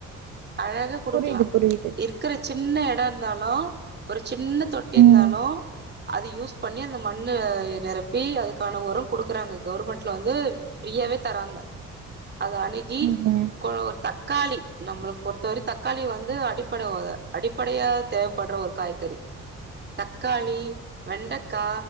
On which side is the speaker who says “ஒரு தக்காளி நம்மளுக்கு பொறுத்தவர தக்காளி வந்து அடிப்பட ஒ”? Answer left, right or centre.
Right